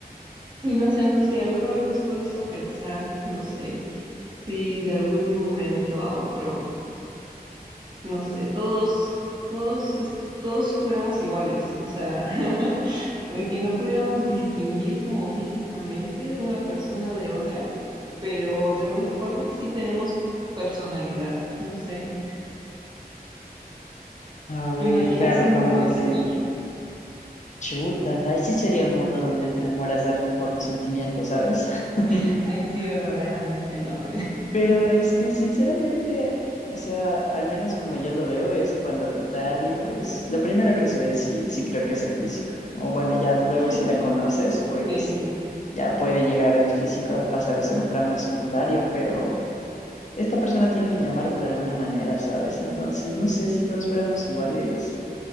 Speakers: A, on the right (about 30°); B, on the left (about 50°).
A: Y no sé, no sé, ¿alguna vez te has puesto a pensar, no sé, si de algún momento a otro, no sé, todos, todos, es- todos fuéramos iguales? O sea, <laughs> de que no pudiéramos distinguir como físicamente de una persona de otra, pero de alguna forma sí tenemos personalidad, no sé.
B: A ver,
A: ¿Imaginas
B: claro,
A: un mundo
B: como
A: así?
B: que Chuta, ahí sí sería un mundo donde te enamoras de alguien por los sentimientos, ¿sabes? <laughs>
A: <laughs> Ahí sí, verdaderamente, ¿no?
B: Pero es que sinceramente, o sea, al menos como yo lo veo, es cuando te atrae a alguien, pues lo primero que se ve sí, sí creo que es el físico. O bueno, ya luego
A: <laughs>
B: si la conoces, pues
A: Sí,
B: ya puede llegar el físico a pasar a ser un plano secundario, pero esta persona tiene que llamarte de alguna manera, ¿sabes? Entonces, no sé si todos fuéramos iguales,